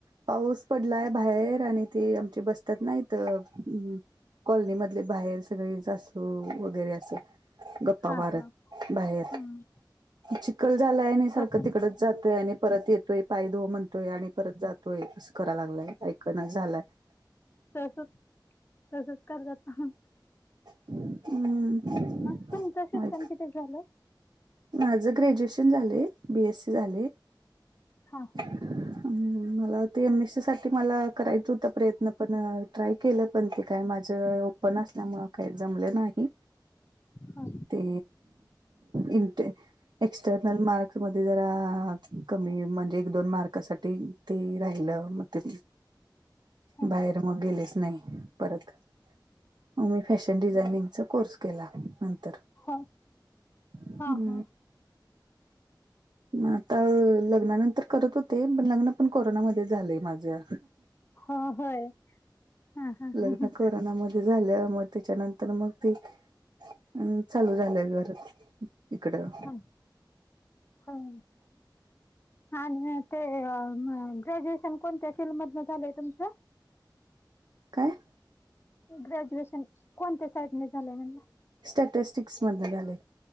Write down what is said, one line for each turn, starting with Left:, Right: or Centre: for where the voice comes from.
Right: पाऊस पडलाय बाहेर आणि ते आमचे बसत्यात ना इथं कॉलनी मधले बाहेर सगळे सासू वगैरे असं. गप्पा
Left: हा
Right: मारत
Left: हा
Right: बाहेर,
Left: हम्म
Right: चिखल झालाय आणि सारखं
Left: तो पण
Right: तिकडच जातोय आणि परत येतोय पाय धो म्हणतोय आणि परत जातोय असं करा लागलाय ऐक ना झालाय.
Left: तसंच तसंच करत्यात.
Right: हम्म,
Left: मग तुमचं शिक्षण
Right: आ
Left: किती झालं?
Right: माझं ग्रॅज्युएशन झालंय, बी एस सी झालंय.
Left: हा हा
Right: हम्म, मला ते एम एस सी सा ठी मला करायचं होतं प्रयत्न पण अ ट्राय केलं पण ते काय माझं ओपन असल्यामुळं काही जमले नाही,
Left: हा
Right: ते इंटे एक्स्टर्नल मार्क्स मध्ये जरा कमी म्हणजे एक दोन मार्कासाठी ते राहिलं, मग ते
Left: हा
Right: बाहेर मग गेलेच नाही. परत, मग मी फॅशन डिझायनिंगचा कोर्स केला नंतर.
Left: हो,
Right: हम्म.
Left: हा हा.
Right: म आता लग्नानंतर करत होते, पण लग्न पण कोरोनामध्येच झालंय माझं.
Left: हो होय. हां हां हां
Right: लग्न
Left: हां
Right: कोरोनाम् झालं मग त्याच्यानंतर मग ते अ चालू झालं घरात. इकडं.
Left: हां, होय. हा आणि ते अ ग्रॅज्युएशन कोणत्या फिल्ड मधनं झालंय तुमचं?
Right: काय?
Left: ग्रॅज्युएशन कोणत्या साईडने झालंय म्हणलं?
Right: स्टॅटस्टिक्स मधनं झालंय.